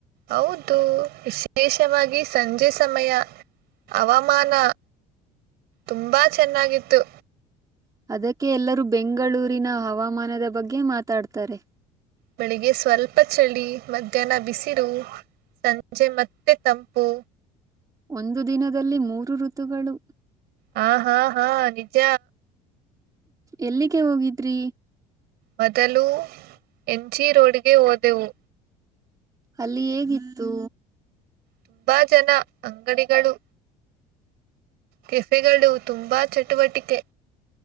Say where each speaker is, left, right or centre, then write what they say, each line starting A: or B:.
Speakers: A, on the right (about 65°); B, on the right (about 20°).
A: ಹೌದು ವಿಶೇಷವಾಗಿ ಸಂಜೆ ಸಮಯ ಹವಾಮಾನ ತುಂಬಾ ಚೆನ್ನಾಗಿತ್ತು
B: ಅದಕ್ಕೆ ಎಲ್ಲರೂ ಬೆಂಗಳೂರಿನ ಹವಾಮಾನದ ಬಗ್ಗೆ ಮಾತಾಡ್ತಾರೆ
A: ಬೆಳಿಗ್ಗೆ ಸ್ವಲ್ಪ ಚಳಿ ಮಧ್ಯಾಹ್ನ ಬಿಸಿರು ಸಂಜೆ ಮತ್ತೆ ತಂಪು
B: ಒಂದು ದಿನದಲ್ಲಿ ಮೂರು ಋತುಗಳು
A: ಹಾ ಹಾ ಹಾ ನಿಜ
B: ಎಲ್ಲಿಗೆ ಹೋಗಿದ್ರಿ.
A: ಮೊದಲು ಮ್ ಜಿ ರೋಡ್ಗೆ ಹೋದೆವು.
B: ಅಲ್ಲಿ ಹೇಗಿತ್ತು.
A: ತುಂಬಾ ಜನ, ಅಂಗಡಿಗಳು. ಕೆಫೆಗಳು ತುಂಬಾ ಚಟುವಟಿಕೆ.